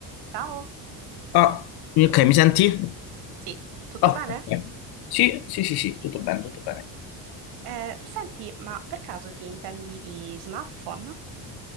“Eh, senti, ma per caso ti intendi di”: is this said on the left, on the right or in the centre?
Right